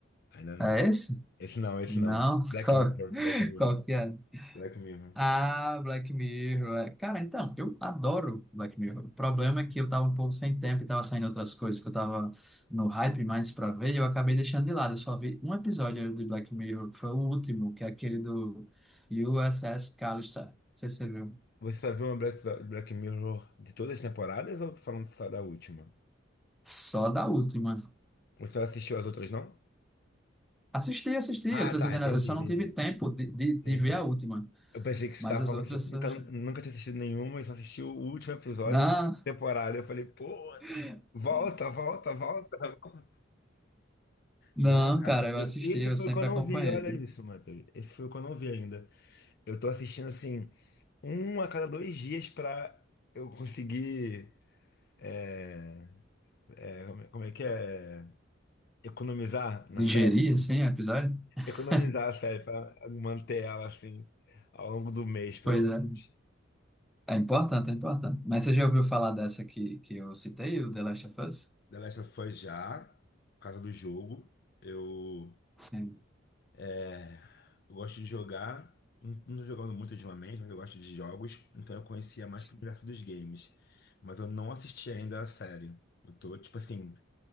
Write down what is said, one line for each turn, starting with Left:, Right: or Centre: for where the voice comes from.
Left: Ainda não.
Centre: É esse?
Left: Esse não, esse
Centre: Não?
Left: não. Black
Centre: <laughs> Qual,
Left: Mirror, Black Mirror,
Centre: qual que é?
Left: Black Mirror.
Centre: Ah, Black Mirror. é. Cara, então, eu adoro Black Mirror. O problema é que eu tava um pouco sem tempo e tava saindo outras coisas que eu tava no hype mais pra ver e eu acabei deixando de lado. Eu só vi um episódio de Black Mirror, que foi o último, que é aquele do USS Callister. Não sei se você viu.
Left: Você só viu uma Black, Black Mirror de todas as temporadas ou falando só da última?
Centre: Só da última.
Left: Você não assistiu as outras, não?
Centre: Assisti, assisti.
Left: Ah,
Centre: Eu tô
Left: tá,
Centre: dizendo,
Left: entendi,
Centre: eu só
Left: entendi.
Centre: não tive tempo de, de, de
Left: Entendi.
Centre: ver a última.
Left: Eu pensei que você
Centre: Mas
Left: estava
Centre: as
Left: falando
Centre: outras.
Left: que nunca,
Centre: eu achei.
Left: nunca tinha assistido nenhuma e só assistiu o último episódio
Centre: Não,
Left: da temporada. Eu falei, putz,
Centre: <laughs>
Left: volta, volta, volta, volta.
Centre: não,
Left: Não, cara,
Centre: cara, eu
Left: eu-
Centre: assisti,
Left: esse
Centre: eu
Left: foi
Centre: sempre
Left: quando
Centre: acompanhei.
Left: eu não vi, olha isso, Matheus. Esse foi quando eu não vi ainda. Eu tô assistindo, assim, um a cada dois dias pra eu conseguir. é, é, como, é como é que é? Economizar na
Centre: Digerir,
Left: série?
Centre: assim, o episódio? <laughs>
Left: Economizar a série pra manter ela, assim, ao longo do mês, pelo
Centre: Pois
Left: menos.
Centre: é. É importante, é importante. Mas você já ouviu falar dessa que, que eu citei, o The Last of Us?
Left: The Last of Us já, por causa do jogo. Eu,
Centre: Sim.
Left: é, eu gosto de jogar, não não tô jogando muito ultimamente, mas eu gosto de jogos, então eu conhecia mais
Centre: Sim.
Left: pro universo dos games. Mas eu não assisti ainda a série. Eu tô, tipo assim,